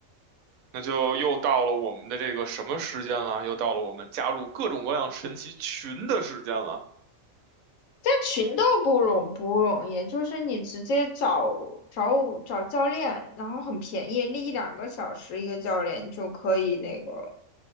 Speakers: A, on the right; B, on the left.
A: 那就又到了我们的这个什么时间了？又到了我们加入各种各样神奇群的时间了，
B: 在群都不容不容易，就是你直接找找找教练，然后很便宜，那一两个小时一个教练你就可以那个了。